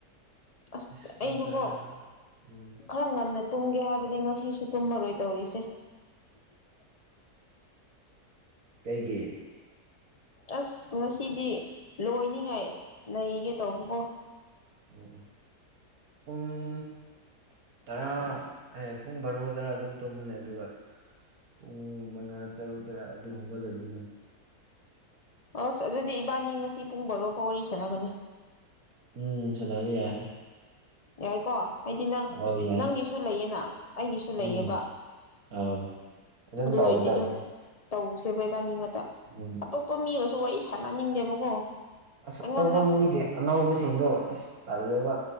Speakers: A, on the left; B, on the right.
A: ꯑꯁ
B: ꯏꯁꯄ
A: ꯑꯩꯗꯨꯀꯣ
B: ꯇꯔ ꯎꯝ
A: ꯈꯔ ꯉꯟꯅ ꯇꯨꯝꯒꯦ ꯍꯥꯏꯕꯅꯤ ꯉꯁꯤꯁꯨ ꯇꯨꯝꯃꯔꯣꯏ ꯇꯧꯔꯤꯁꯦ
B: ꯀꯩꯒꯤ
A: ꯑꯁ ꯉꯁꯤꯗꯤ ꯂꯣꯏꯅꯤꯉꯥꯏ ꯅꯒꯦ ꯇꯧꯕꯀꯣ
B: ꯑꯣꯑꯣ ꯄꯨꯡ ꯇꯔꯥ ꯑꯦ ꯄꯨꯡ ꯕꯥꯔꯣꯗꯔ ꯑꯗꯨꯝ ꯇꯨꯝꯕꯅꯦ ꯑꯗꯨꯒ ꯄꯨꯡ ꯃꯉꯥ ꯇꯔꯨꯛ ꯇꯔꯥ ꯑꯗꯨꯝ ꯍꯧꯒꯠꯂꯦ ꯑꯗꯨꯅꯦ
A: ꯑꯁ ꯑꯗꯨꯗꯤ ꯏꯕꯥꯅꯤ ꯉꯁꯤ ꯄꯨꯡ ꯕꯔꯣꯐꯥꯎ ꯋꯥꯔꯤ ꯁꯥꯟꯅꯒꯅꯤ
B: ꯎꯝ ꯁꯅꯕꯤ ꯌꯥꯏꯦ
A: ꯌꯥꯏꯀꯣ ꯍꯥꯏꯗꯤ ꯅꯪ
B: ꯑꯧ ꯌꯥꯏ
A: ꯅꯪꯒꯤꯁꯨ ꯂꯩꯌꯦꯅ ꯑꯩꯒꯤꯁꯨ ꯂꯩꯌꯦꯕ
B: ꯎꯝ ꯑꯧ ꯑꯗꯨꯝ
A: ꯑꯗꯨ
B: ꯇꯧꯒꯗꯕꯅꯦ
A: ꯑꯣꯏꯔꯗꯤ ꯑꯗꯨꯝ ꯇꯧꯁꯦꯕ ꯏꯕꯥꯅꯤ ꯉꯥꯛꯇ
B: ꯎꯝ
A: ꯑꯇꯨꯞ ꯇꯨꯃꯤꯒꯁꯨ ꯋꯥꯔꯤ ꯁꯥꯟꯅꯅꯤꯡꯗꯦꯕꯀꯣ
B: ꯑꯁ
A: ꯑꯩꯉꯣꯟꯗ
B: ꯑꯇꯣꯞꯄ ꯃꯤꯁꯦ ꯑꯅꯧꯕꯁꯤꯡꯗꯣ ꯑꯁ ꯇꯜꯂꯦꯕ